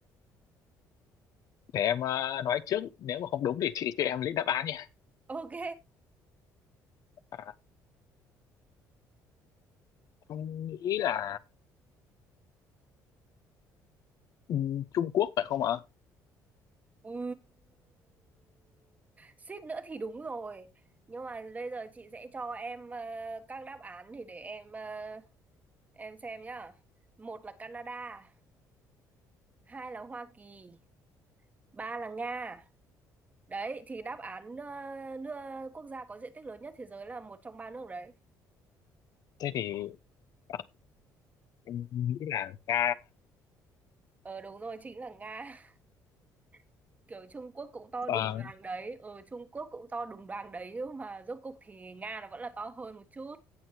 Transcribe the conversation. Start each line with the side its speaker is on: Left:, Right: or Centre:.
Left: để em ờ, nói trước nếu mà không đúng thì chị cho em lấy đáp án nha
Right: Ok.
Left: à, em nghĩ là ừm, Trung Quốc phải không ạ
Right: Ừ, suýt nữa thì đúng rồi. Nhưng mà bây giờ chị sẽ cho em ờ, các đáp án thì để em ờ, em xem nhá. Một là Canada, hai là Hoa Kỳ, ba là Nga. Đấy thì đáp án ờ, nước quốc gia có diện tích lớn nhất thế giới là một trong ba nước đấy.
Left: thế thì ờ, em nghĩ là Nga
Right: Ờ đúng rồi chính là Nga. <laughs> Kiểu Trung Quốc cũng to
Left: ờ,
Right: đùng đoàng đấy. Ờ Trung Quốc cũng to đùng đoàng đấy nhưng mà rốt cục thì Nga nó vẫn là to hơn một chút.